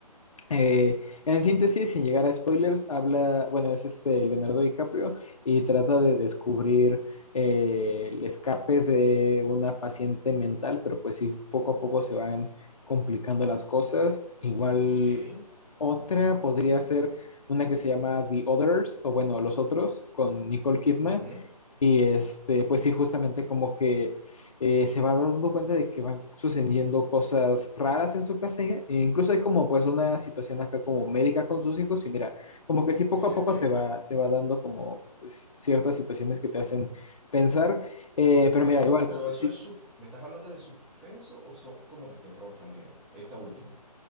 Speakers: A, on the left (about 55°); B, in the centre.
A: Eh, en síntesis, sin llegar a spoilers, habla, bueno, es este Leonardo DiCaprio y trata de descubrir eh, el escape de una paciente mental, pero pues sí, poco a poco se van complicando las cosas. Igual
B: ok.
A: otra podría ser una que se llama The Others, o bueno, Los Otros, con Nicole Kidman.
B: ujú.
A: Y este, pues sí, justamente como que eh, se va dando cuenta de que van sucediendo cosas raras en su casa. e incluso hay
B: Oh,
A: como pues una situación acá como médica con sus hijos y mira, como que
B: ok,
A: sí poco a poco
B: ok.
A: te va, te va dando como pues, ciertas situaciones que te hacen pensar. Eh, pero
B: Pero,
A: mira, igual,
B: pero
A: sí.
B: eso es sus... ¿Me estás hablando de suspenso o son como de terror también? Esta última.